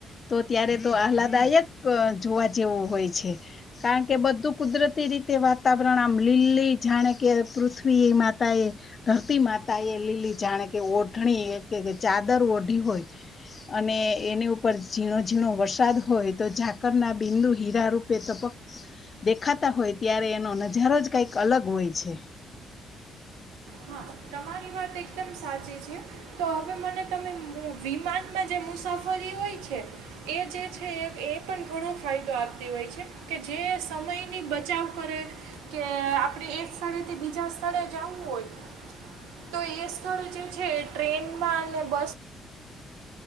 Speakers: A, on the left; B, on the right.
A: તો ત્યારે તો આહલાદાયક જોવા જેવું હોય છે. કા કે બધું કુદરતી રીતે વાતાવરણ આમ લીલી જાણે કે પૃથ્વી માતા એ ધરતી માતા એ લીલી જાણે કે ઓઢણી કે ચાદર ઓઢી હોય અને એની ઉપર ઝીણો ઝીણો વરસાદ હોય તો ઝાકર ના બિંદુ હીરા રૂપે તપક દેખાતા હોય ત્યારે એનો નજારો જ કંઈક અલગ હોય છે.
B: હા તમારી વાત એકદમ સાચી છે. તો હવે મને તમે વિમાનમાં જે મુસાફરી હોય છે એ જે છે એ એ પણ ઘણો ફાયદો આપતી હોય છે કે જે સમયની બચાવ કરે કે આપણે એક સ્થળેથી બીજા સ્થળે જવું હોય. તો એ સ્થળો જેવ છે ટ્રેનમાં અને બસ